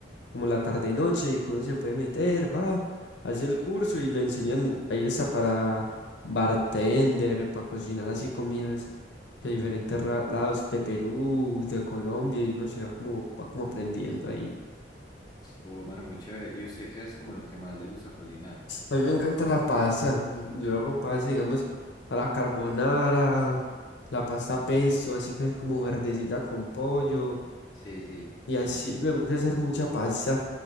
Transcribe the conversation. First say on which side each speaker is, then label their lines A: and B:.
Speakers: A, on the left; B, on the left.
A: como la tarde-noche, y que uno se puede meter, va, hace el curso y le enseñan, ahí está para bartender, para cocinar así comidas de diferentes ra- lados de Perú, de Colombia, y uno se va como, va como aprendiendo ahí.
B: Uh, mano, muy chévere. ¿Y usted qué es como lo que más le gusta cocinar?
A: A mí me encanta la pasta. mm, Yo hago pasta, digamos, a la carbonara, la pasta pesto, así que es como verdecita con pollo.
B: Sí, sí.
A: Y así me gusta hacer mucha pasta.